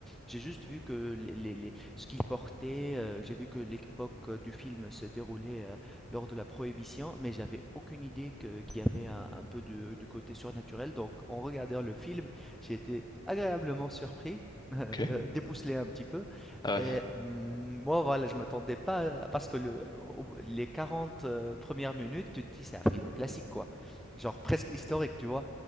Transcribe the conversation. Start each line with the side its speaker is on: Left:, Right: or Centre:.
Centre: J'ai juste vu que les, les- les- ce qu'il portait, euh, j'ai vu que l'époque euh, du film se déroulait euh, lors de la Prohibition, mais j'avais aucune idée que- qu'il y avait un, un peu de, de côté surnaturel. Donc en regardant le film, j'ai été agréablement surpris, <laughs> euh,
Left: ok.
Centre: débousselé un petit peu.
Left: Ah
Centre: Et
Left: ouais,
Centre: mmh, moi, voilà, je m'attendais pas à- parce que le au les 40 heu, 1 minutes, tu te dis: «C'est un film classique, quoi». Genre presque historique, tu vois?